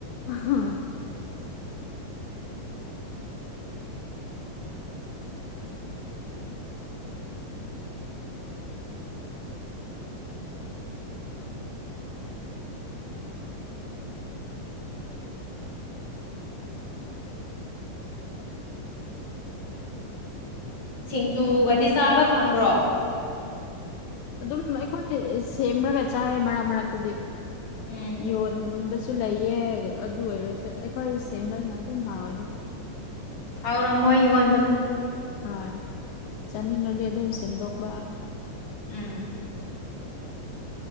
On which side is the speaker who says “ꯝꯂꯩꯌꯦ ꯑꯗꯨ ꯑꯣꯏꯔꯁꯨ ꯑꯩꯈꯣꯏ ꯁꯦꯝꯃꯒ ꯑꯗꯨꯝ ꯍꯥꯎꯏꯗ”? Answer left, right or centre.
Left